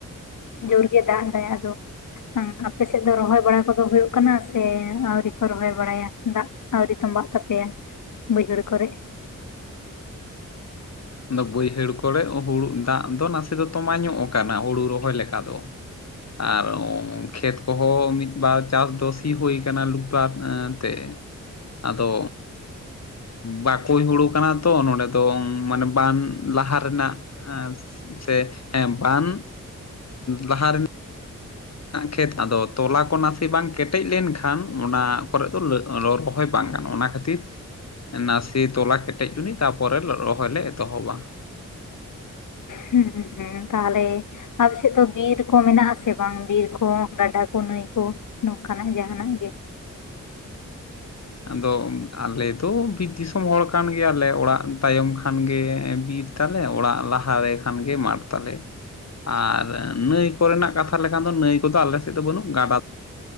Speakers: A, on the left; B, on the left.
A: ᱡᱳᱨᱜᱮ ᱫᱟᱜ ᱮᱫᱟᱭ ᱟᱫᱚ ᱟᱯᱮ ᱥᱮᱫ ᱫᱚ ᱨᱚᱦᱚᱭ ᱵᱟᱲᱟ ᱠᱚ ᱦᱩᱭᱩᱜ ᱠᱟᱱᱟ ᱥᱮ ᱟᱣᱨᱤ ᱠᱚ ᱨᱚᱦᱚᱭ ᱵᱟᱲᱟᱭᱟ ᱫᱟᱜ ᱟᱣᱨᱤ ᱛᱚᱸᱵᱟᱜ ᱛᱟᱯᱮᱭᱟ? ᱵᱟᱹᱭᱦᱟᱹᱲ ᱠᱚᱨᱮᱜ᱾
B: ᱟᱫᱚ ᱵᱟᱹᱭᱦᱟᱹᱲ ᱠᱚᱨᱮᱜ ᱦᱩᱲᱩ ᱫᱟᱜ ᱫᱚ ᱱᱟᱥᱮ ᱫᱚ ᱛᱚᱢᱟ ᱧᱚᱜ ᱠᱟᱱᱟ ᱦᱩᱲᱩ ᱨᱚᱦᱚᱭ ᱞᱮᱠᱟ ᱫᱚ᱾ ᱟᱨ ᱠᱷᱮᱛ ᱠᱚᱦᱚᱸ ᱢᱤᱫᱵᱟᱨ ᱪᱟᱥ ᱫᱚ ᱥᱤ ᱦᱩᱭ ᱠᱟᱱᱟ ᱞᱩᱴᱟᱨ ᱛᱮ᱾ ᱟᱫᱚ ᱵᱟᱠᱚᱭ ᱦᱩᱲᱩ ᱠᱟᱱᱟ ᱛᱚ ᱱᱚᱰᱮ ᱫᱚ ᱢᱟᱱᱮ ᱵᱟᱱ ᱞᱟᱦᱟ ᱨᱮᱱᱟᱜ ᱥᱮ ᱦᱮᱸ ᱵᱟᱱ ᱞᱟᱦᱟ ᱨᱮᱱᱟᱜ ᱠᱷᱮᱛ ᱟᱫᱚ ᱛᱚᱞᱟ ᱠᱚ ᱱᱟᱥᱮ ᱵᱟᱝ ᱠᱮᱴᱮᱡ ᱞᱮᱱᱠᱷᱟᱱ ᱚᱱᱟ ᱠᱚᱨᱮ ᱫᱚ ᱨᱚᱦᱚᱭ ᱵᱟᱝ ᱜᱟᱱᱚᱜ ᱚᱱᱟ ᱠᱷᱟᱹᱛᱤᱨ ᱱᱟᱥᱮ ᱛᱚᱞᱟ ᱠᱮᱴᱮᱡ ᱪᱚᱱᱤᱡ ᱛᱟᱨᱯᱚᱨᱮ ᱨᱚᱦᱚᱭ ᱞᱮ ᱮᱛᱚᱦᱚᱵᱟ᱾
A: ᱦᱩᱸ ᱦᱩᱸ ᱛᱟᱦᱞᱮ ᱟᱯᱮ ᱥᱮᱫ ᱫᱚ ᱵᱤᱨ ᱠᱚ ᱢᱮᱱᱟᱜ ᱟᱥᱮ ᱵᱟᱝ ᱵᱤᱨ ᱠᱚ ᱜᱟᱰᱟ ᱠᱚ ᱱᱟᱹᱭ ᱠᱚ? ᱱᱚᱝᱠᱟᱱᱟᱜ ᱡᱟᱦᱱᱟᱜ ᱜᱮ᱾
B: ᱟᱫᱚ ᱟᱞᱮ ᱫᱚ ᱵᱤᱨ ᱫᱤᱥᱚᱢ ᱦᱚᱲ ᱠᱟᱱ ᱜᱮᱭᱟᱞᱮ ᱚᱲᱟᱜ ᱛᱟᱭᱚᱢ ᱠᱷᱟᱱᱜᱮ ᱵᱤᱨ ᱛᱟᱞᱮ ᱚᱲᱟᱜ ᱞᱟᱦᱟᱨᱮ ᱠᱷᱟᱱ ᱜᱮ ᱢᱟᱴᱷ ᱛᱟᱞᱮ᱾ ᱟᱨ ᱱᱟᱹᱭ ᱠᱚᱨᱮᱱᱟᱜ ᱠᱟᱛᱷᱟ ᱞᱮᱠᱷᱟᱱ ᱫᱚ ᱱᱟᱹᱭ ᱠᱚᱫᱚ ᱟᱞ ᱥᱮᱫ ᱫᱚ ᱵᱟᱹᱱᱩᱜ ᱜᱟᱰᱟ᱾